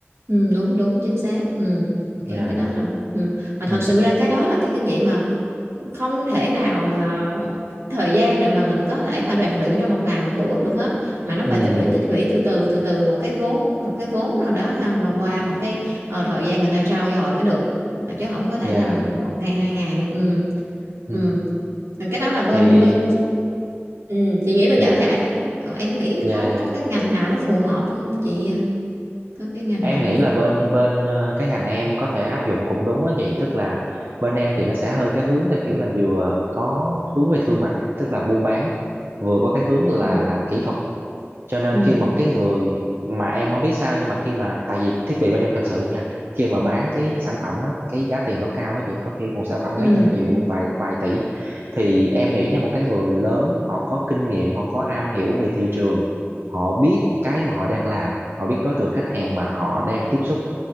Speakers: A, on the right; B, on the right.
A: Ừ, đúng đúng chính xác ừ.
B: Dạ
A: cái cái đó
B: dạ.
A: là ừ. mà thật
B: Ừ.
A: sự ra cái đó là cái kinh nghiệm mà không thể nào mà thời gian để mà mình có thể mà rèn luyện trong một ngày một bữa được hết mà nó
B: Ừ,
A: phải tích lũy tích lũy từ từ từ từ một cái vốn một cái vốn nào đó ha mà qua một cái ờ, thời gian người ta trau dồi mới được Mà chứ không có thể
B: dạ
A: nào mà
B: dạ.
A: một ngày hai ngày được ừ.
B: Ừ.
A: Ừ. cái đó là bên
B: Thì
A: bên ừ. chị nghĩ bên
B: dạ
A: giảng dạy đó Ờ, em nghĩ
B: dạ
A: có
B: dạ.
A: có cái ngành nào nó phù hợp không chị có cái ngành
B: Em
A: nào nó
B: nghĩ là
A: phù
B: bên
A: hợp
B: bên ờ, cái ngành em có thể áp dụng cũng đúng á chị, tức là bên em thì nó sẽ hơi cái hướng theo kiểu là vừa có hướng về thương mại, tức là buôn bán, vừa có cái hướng là
A: ừ
B: làm kỹ thuật cho nên
A: ừ
B: khi một cái người mà em không biết sao nhưng mà khi mà tại vì thiết bị bên em thật sự nha khi mà bán cái sản phẩm á cái giá tiền nó cao á chị có khi một sản phẩm
A: ừ
B: mấy trăm triệu vài vài tỷ thì em nghĩ nha một cái người lớn họ có kinh nghiệm họ có am hiểu về thị trường họ biết cái mà họ đang làm họ biết đối tượng khách hàng mà họ đang tiếp xúc